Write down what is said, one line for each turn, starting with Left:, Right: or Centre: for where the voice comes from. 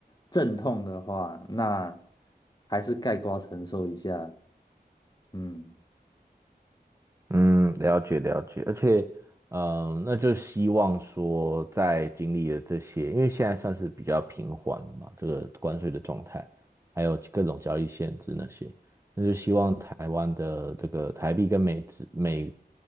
Left: 阵痛的话，那还是盖瓜承受一下。嗯，
Right: 嗯，了解了解，而且，嗯、那就希望说，在经历了这些，因为现在算是比较平缓的嘛，这个关税的状态，还有各种交易限制那些，那就希望台湾的这个台币跟美值，美